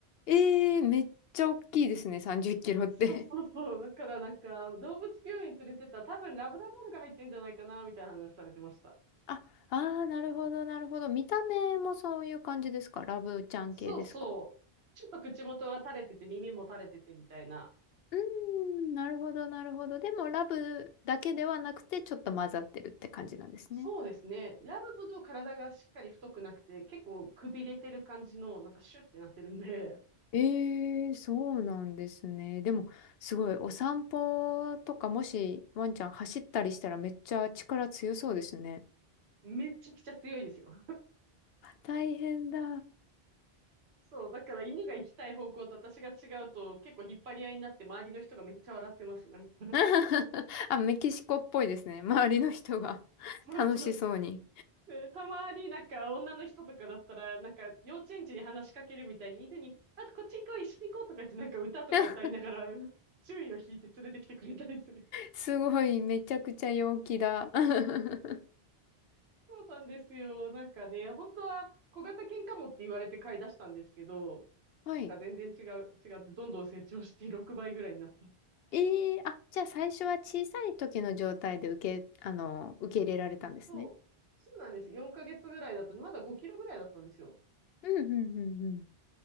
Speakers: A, on the left; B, on the right.
A: えー、めっちゃ大きいですね、30キロって
B: そうそうそう。
A: <laughs>
B: だからなんか、動物病院連れてったら多分ラブラドールが入ってんじゃないかな、みたいな話されてました。
A: あ、あー、なるほど、なるほど。見た目もそういう感じですかラブちゃん系ですか
B: そうそう。ちょっと口元が垂れてて、耳も垂れててみたいな。
A: うーん、なるほど、なるほど。でも、ラブだけではなくて、ちょっと混ざってるって感じなんですね。
B: そうですね。ラブほど体がしっかり太くなくて、結構くびれてる感じの、なんかシュッてなってるんで、
A: ええ、そうなんですね。でも、すごい、お散歩とか、もし、ワンちゃん走ったりしたら、めっちゃ力強そうですね。
B: めちゃくちゃ強いですよ。
A: 大変だ。
B: そう、だから犬が行きたい方向と私が違うと、結構引っ張り合いになって、周りの人がめっちゃ笑ってます。なんか
A: <laughs> あ、メキシコっぽいですね。周りの人が
B: <laughs>、
A: <laughs>
B: そうそう。
A: 楽しそうに。
B: で、たまになんか女の人とかだったら、なんか幼稚園児に話しかけるみたいに、犬に、あとこっち行こう、一緒に行こうとか言ってなんか歌とか歌いながら、
A: <laughs>
B: 注意を引いて連れてきてくれたりする。
A: すごい、めちゃくちゃ陽気だ。<laughs>
B: そうなんですよ。なんかね、本当は小型犬かもって言われて飼い出したんですけど、
A: はい。
B: なんか全然違う、違ってどんどん成長して6倍ぐらいになった。
A: ええあ、じゃあ最初は小さい時の状態で受け、あの、受け入れられたんですね。
B: そう。そうなんです。4ヶ月ぐらいだったまだ5キロぐらいだったんですよ。
A: うん、うん、うん、うん。